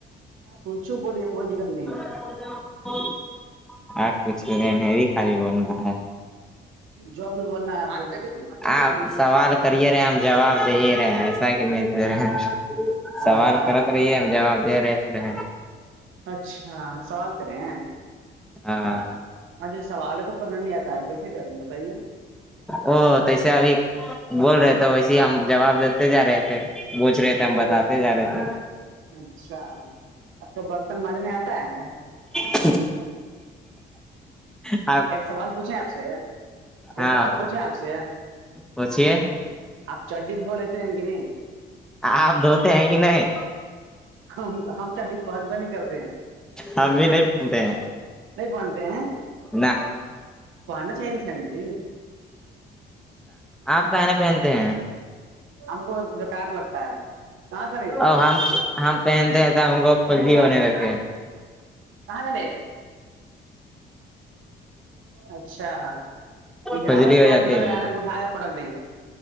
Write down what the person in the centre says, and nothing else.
<unintelligible> آ کچھ کرری خالی بولنا ہے
آپ سوال
کرے رہے ہم جواب دے رہے ایسا کہ نہیں رہے
سوال کرت رہیے ہم جواب دے رہے رہے
ہاں
او تو ایسے ابھی بول رہے تھے ویسے ہی ہم جواب دیتے جا رہے تھے بوچھ رہے
تھے ہم بتات جا رہے تھ
ج <unintelligible>
ہاں
پوچھیے
آپ دھوتے ہیں کہ نہیں
ہم بھی نہیں پہنتے ہیں
نہ
آپ کان پہنتے ہیں
اور ہم ہم پہنتے ہیں تھ ہم کو کل
بھی
ہونے
لگے
کھجلی ہو
جاتی